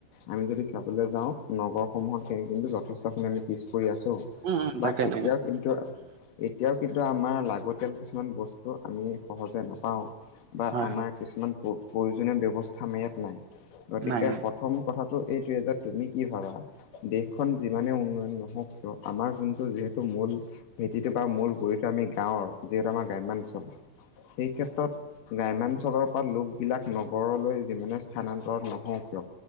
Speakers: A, on the left; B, on the right.
A: আমি যদি চাবলৈ যাওঁ নগৰসমূহতকৈ কিন্তু যথেষ্টখিনি আমি পিছ পৰি আছোঁ৷
B: উম উম
A: বা
B: তাকে
A: এতিয়াও
B: তাকে
A: কিন্তু এ এতিয়াও কিন্তু আমাৰ লাগতিয়াল কিছুমান বস্তু আমি সহজে নাপাওঁ। বা
B: হয়
A: আমাৰ
B: হয়
A: কিছুমান প প্ৰয়োজনীয় ব্যৱস্থা আমাৰ ইয়াত নাই গতিকে
B: নাই নাই
A: পথ- প্ৰথম কথাটো এইটোৱে যে তুমি কি ভাবা। দেশখন যিমানে উন্নয়ন নহওক কিয় আমাৰ যোনটো যিহেতু মূল ভেটিটো বা মূল গৈ আমি গাঁৱৰ যিহেতু আমাৰ গ্ৰাম্যাঞ্চল সেই ক্ষেত্ৰত গ্ৰাম্যাঞ্চলৰ পৰা লোকবিলাক নগৰলৈ যিমানে স্থানান্তৰত নহওঁক কিয়